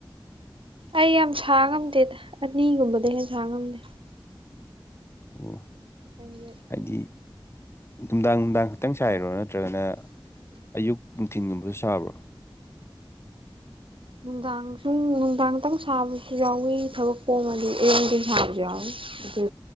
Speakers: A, on the right (about 80°); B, on the left (about 30°).
A: ꯑꯩ ꯌꯥꯝ ꯁꯥ ꯉꯝꯗꯦꯗ ꯑꯅꯤꯒꯨꯝꯕꯗ ꯍꯦꯟꯅ ꯁꯥ ꯉꯝꯗꯦ
B: ꯑꯣ
A: ꯑꯩꯗꯤ
B: ꯍꯥꯏꯗꯤ ꯅꯨꯡꯗꯥꯡ ꯅꯨꯡꯗꯥꯡ ꯈꯛꯇꯪ ꯁꯥꯏꯔꯣ ꯅꯠꯇ꯭ꯔꯒꯅ ꯑꯌꯨꯛ ꯅꯨꯡꯊꯤꯤꯟꯒꯨꯝꯕꯁꯨ ꯁꯥꯕ꯭ꯔꯣ
A: ꯅꯨꯡꯗꯥꯡ ꯁꯨꯝ ꯅꯨꯡꯗꯥꯡꯇꯪ ꯁꯥꯕꯁꯨ ꯌꯥꯎꯋꯤ ꯊꯕꯛ ꯀꯣꯝꯉꯗꯤ ꯏꯔꯣꯡꯊꯦꯟ ꯁꯥꯕꯁꯨ ꯌꯥꯎꯋꯤ ꯑꯗꯨ